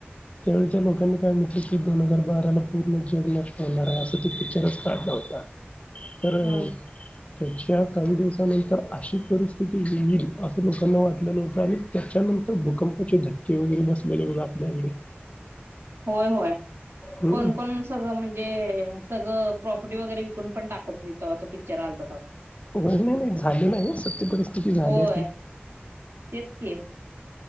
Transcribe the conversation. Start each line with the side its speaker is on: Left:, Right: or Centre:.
Left: त्यावेळी त्या लोकांनी काय म्हटलं की दोन हजार बाराला पूर्ण जग नष्ट होणार आहे असं ते पिक्चरच- काढला होता तर.....
Right: हम्म
Left: <inaudible> त्याच्या काही दिवसानंतर अशी परिस्थिती येईल असं लोकांना वाटलं नव्हतं आणि त्याच्यानंतर भूकंपाचे धक्के वगैरे बसलेले बघं आपल्या इकडे?
Right: होय -होय
Left: हम्म.
Right: कोण -कोण सगळं म्हणजे सगळं प्रॉपर्टी वगैरे विकून पण टाकवत हो तेव्हा तो पिक्चर आलत तव्हा.
Left: व्हय नाही- नाही झालेल आहे सत्य परिस्थिती झाल्या
Right: होय
Left: ती.
Right: तेच की.